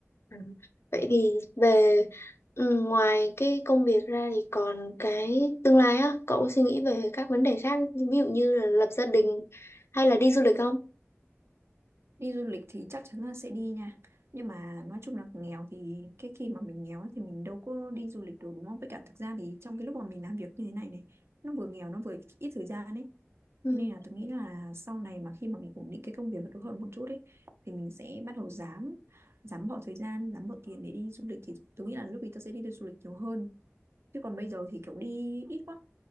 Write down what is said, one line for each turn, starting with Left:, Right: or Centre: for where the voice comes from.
Left: Ừ. vậy thì về ừ, ngoài cái công việc ra thì còn cái tương lai á cậu có suy nghĩ về các vấn đề khác ví dụ như là lập gia đình hay là đi du lịch không
Right: đi du lịch thì chắc chắn là sẽ đi nha nhưng mà nói chung là nghèo thì cái khi mà mình nghèo ấy thì mình đâu có đi du lịch được đúng không với cả thực ra thì trong cái lúc mà mình làm việc như thế này này nó vừa nghèo nó vừa ít ít thời gian ấy
Left: ừ,
Right: thế nên là tôi nghĩ là sau này mà khi mà mình ổn định cái công việc được hơn một chút ấy thì mình sẽ bắt đầu dám dám bỏ thời gian dám bỏ tiền để đi du lịch thì tôi nghĩ là lúc ấy tôi sẽ đi, đi du lịch nhiều hơn chứ còn bây giờ thì kiểu đi ít quá